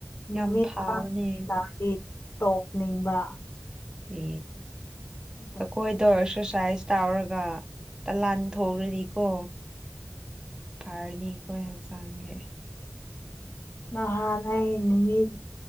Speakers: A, on the left; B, on the right.
A: ꯅꯨꯃꯤꯠ
B: ꯌꯥꯝ ꯐꯥꯕꯅꯦ
A: ꯑꯃꯒꯤ ꯇꯥꯔꯗꯤ ꯇꯣꯛꯅꯤꯡꯕ
B: ꯢ
A: ꯑꯗꯣ
B: ꯑꯩꯈꯣꯢꯗꯣ ꯑꯣꯢꯔꯁꯨ ꯁꯥꯏꯁ ꯇꯧꯔꯒ ꯇꯂꯥꯟ ꯊꯣꯛꯔꯗꯤꯀꯣ ꯐꯔꯅꯤ ꯑꯩꯈꯣꯏ ꯍꯛꯆꯥꯡꯒꯤ
A: ꯅꯍꯥꯟ ꯑꯩ ꯅꯨꯃꯤꯠ